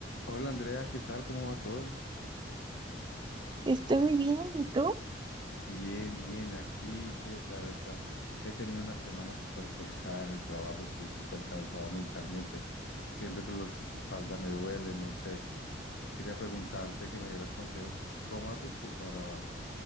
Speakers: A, on the left (about 75°); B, on the right (about 25°).
A: Hola Andrea, ¿qué tal? ¿Cómo va todo?
B: Estoy muy bien, ¿y tú?
A: Bien, bien, aquí que la verdad he tenido una semana súper pesada en el trabajo, estoy súper cansado mentalmente, siento que la espalda me duele, no sé. Quería preguntarte que me dieras consejos, ¿cómo haces tú para,